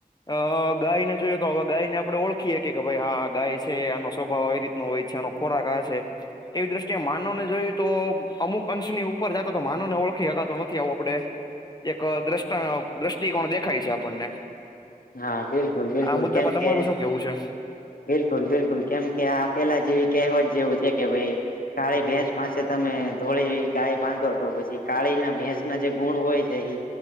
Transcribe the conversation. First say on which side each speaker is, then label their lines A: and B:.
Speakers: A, on the left; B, on the left.
A: અ ગાયને જોઈએ તો હવે ગાયને આપણે ઓળખીએ કે કે ભાઈ હા ગાય છે આનો સ્વભાવ આવી રીતનો હોય છે આનો ખોરાક આ છે એવી દ્રષ્ટિએ માનવને જોયું તો અમુક અંશની ઉ ઉપર જતા તો માન ને ઓળખી હકાતો નથી આવું આપડે એક દ્રષ્ટ દ્રષ્ટિકોણ દેખાય છે આપણને
B: હા બિલકુલ બિલકુલ
A: આ મુદ્દામાં
B: કેમ
A: તમારું
B: કે
A: શું કેવું છે
B: બિલકુલ બિલકુલ કેમ કે આ પેલા જેવી કહેવત જેવું છે કે ભઈ કાળી ભેંસ પાસે તમે થોડી ગાય બાંધો તો પછી કાળી ના ભેંસ ના જે ગુણ હોય છે એ